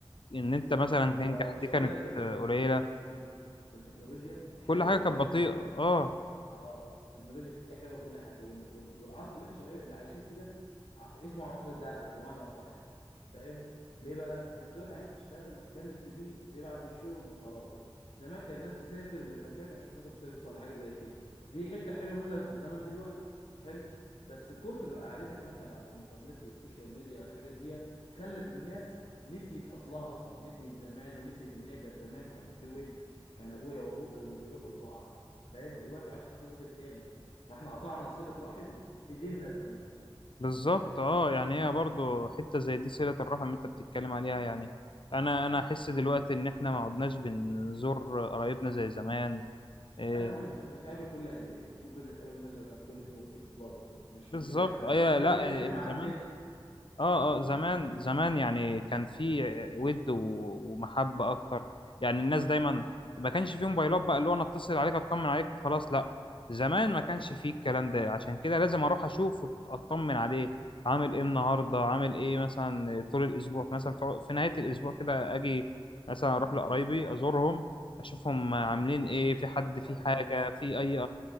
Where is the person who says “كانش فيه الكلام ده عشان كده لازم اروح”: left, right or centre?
Left